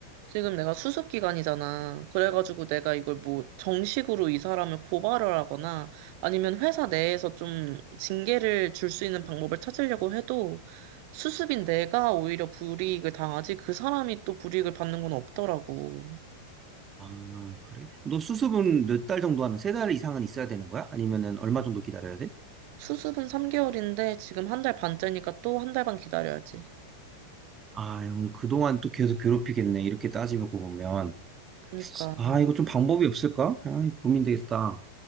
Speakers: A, on the right (about 45°); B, on the right (about 25°).
A: 지금 내가 수습 기간이잖아. 그래가지고 내가 이걸 뭐 정식으로 이 사람을 고발을 하거나 아니면 회사 내에서 좀 징계를 줄 수 있는 방법을 찾으려고 해도 수습인 내가 오히려 불이익을 당하지 그 사람이 또 불이익을 받는 건 없더라고.
B: 아, 그래? 너 수습은 몇 달 정도 하는, 세 달 이상은 있어야 되는 거야? 아니면은 얼마 정도 기다려야 돼?
A: 수습은 3개월인데 지금 한 달 반째니까 또 한 달 반 기다려야지.
B: 아, 형, 그동안 또 계속 괴롭히겠네. 이렇게 따지고 보면.
A: 그니까
B: 아, 이거 좀 방법이 없을까? 아, 고민되겠다.